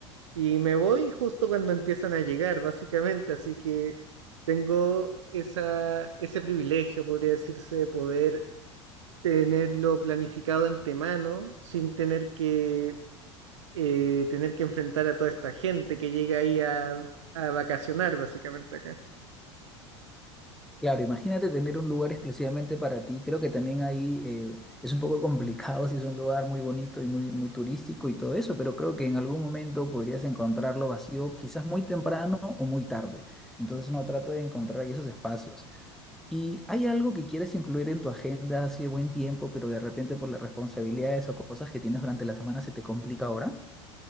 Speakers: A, on the right (about 75°); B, in the centre.
A: Y me voy justo cuando empiezan a llegar, básicamente, así que tengo esa, ese privilegio, podría decirse, de poder tenerlo planificado antemano sin tener que, eh, tener que enfrentar a toda esta gente que llega ahí a, a vacacionar, básicamente acá.
B: Claro, imagínate tener un lugar exclusivamente para ti. Creo que también ahí eh, es un poco <laughs> complicado si es un lugar muy bonito y muy, muy turístico y todo eso, pero creo que en algún momento podrías encontrarlo vacío, quizás muy temprano o muy tarde. Entonces uno trata de encontrar ahí esos espacios. ¿Y hay algo que quieres incluir en tu agenda hace buen tiempo, pero de repente por las responsabilidades o cosas que tienes durante la semana se te complica ahora?